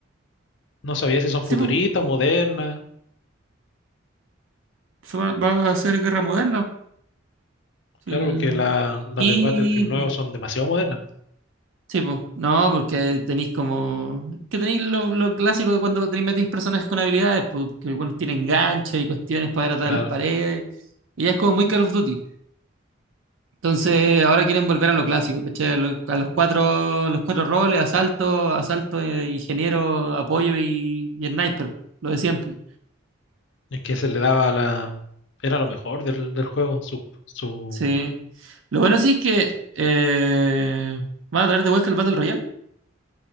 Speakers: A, on the left; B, on the right.
A: No sabía si son
B: Sí,
A: futuristas,
B: pues,
A: o modernas.
B: va, va a ser guerra moderna.
A: Claro,
B: pues, El-
A: porque la- las
B: y,
A: de Battlefield nuevos son demasiado modernas.
B: Sí, pues, no, porque tenéis como. Que tenéis lo, lo clásico de cuando tenéis metéis personajes con habilidades, pues, que algunos tienen ganchos y cuestiones para ir atrás
A: Claro,
B: de las paredes. Y ya es como muy Call of Duty. Entonces, ahora quieren volver a lo clásico, ¿cachai? A, lo- a los cuatro, los cuatro roles, asalto, asalto, eh, ingeniero, apoyo y, y sniper, lo de siempre.
A: es que se le daba la... Era lo mejor del, del juego. Su, su,
B: Sí. Lo bueno sí es que eh, van a traer de vuelta el Battle Royale.